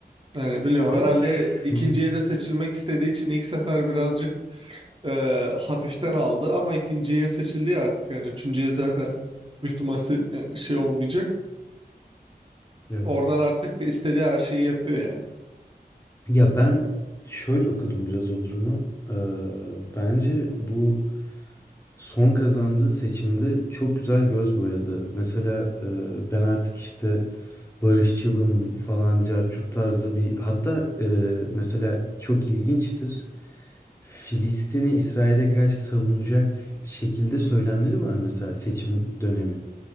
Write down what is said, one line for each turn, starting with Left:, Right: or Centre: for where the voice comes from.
Right: Yani biliyorum
Left: Evet
Right: herhalde
Left: şu
Right: ikinciye de seçilmek istediği için ilk sefer birazcık e, hafiften aldı ama ikinciye seçildi ya artık yani üçüncüye zaten büyük ihtimal se- yani şey olmayacak.
Left: evet.
Right: Oradan artık istediği her şeyi yapıyor yani.
Left: Ya ben şöyle okudum biraz o durumu. Ee, bence bu son kazandığı seçimde çok güzel göz boyadı. Mesela e, ben artık işte barışçılım falan carçurt tarzı bir hatta e, mesela çok ilginçtir. Filistin'i İsrail'e karşı savunacak şekilde söylemleri var mesela seçim dönemi.